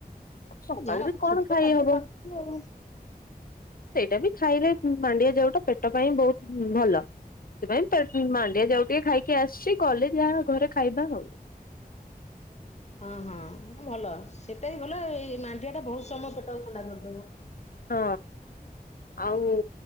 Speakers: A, on the left; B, on the left.
A: ସକାଳୁ
B: ଯାହା
A: ବି
B: ଆପଣ
A: କଣ
B: ସୁସ୍ଥ
A: ଖାଇ
B: ଖାଦ୍ୟ
A: ହବ।
B: ଖାଉଛନ୍ତି ଆଉ।
A: ସେଇଟା ବି ଖାଇଲେ ମାଣ୍ଡିଆ ଜାଉଟା ପେଟ ପାଇଁ ବହୁତ ଭଲ। ସେଥିପାଇଁ <unintelligible> ମାଣ୍ଡିଆ ଜାଉ ଟିକେ ଖାଇକି ଆସିଛି, ଗଲେ ଯାହା ଘରେ ଖାଇବା ଆଉ।
B: ହଁ ହଁ ଭଲ, ସେଟା ବି ଭଲ ଏଇ ମାଣ୍ଡିଆ ଟା ବହୁତ ସମୟ ପେଟକୁ ଥଣ୍ଡା କରିଦବ।
A: ହଁ, ଆଉ